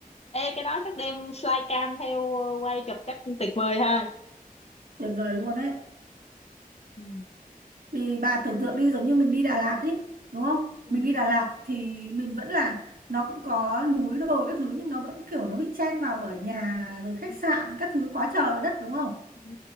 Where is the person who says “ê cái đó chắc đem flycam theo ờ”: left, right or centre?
Left